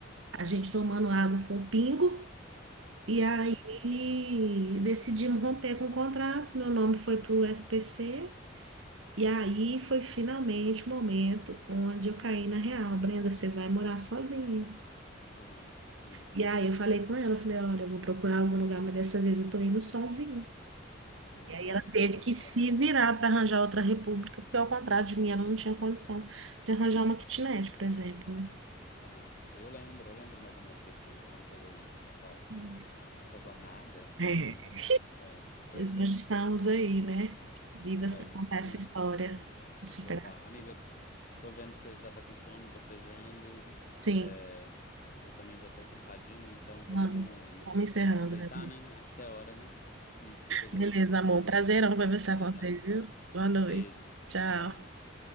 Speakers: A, on the right; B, on the left.
A: a gente tomando água com pingo, e aí
B: Putz.
A: decidimos romper com o contrato, meu nome foi para o SPC, e aí foi finalmente o momento onde eu caí na real. Brenda, você vai morar sozinha.
B: Aham. Hum.
A: E aí eu falei com ela, eu falei, olha, eu vou procurar algum lugar, mas dessa vez eu tô indo sozinha.
B: Tem no
A: E
B: solo,
A: aí ela
B: carreira
A: teve que
B: solo.
A: se virar para arranjar outra república, porque ao contrário de mim, ela não tinha condição de arranjar uma kitnet, por exemplo, né?
B: Aham. Eu lembro, eu lembro mais ou menos desse, quando rolou isso, nossa,
A: Hum.
B: nossa jornada.
A: É.
B: Hum. É, pois
A: Nós
B: é.
A: estamos aí, né? Vivas
B: É,
A: para contar essa
B: E-
A: história de superação.
B: total. Amiga, tô vendo que você já tá com sono, bocejando.
A: Sim,
B: É, eu também já tô cansadinho, então vamos,
A: vamos, vamos encerrando,
B: vamos deitar,
A: né?
B: né? Acho que é a hora, né? Hum, chegou.
A: Beleza, amor.
B: Hum.
A: Prazer em conversar
B: Então
A: com
B: tá.
A: você, viu? Boa noite.
B: Beijo.
A: Tchau.
B: Tchau.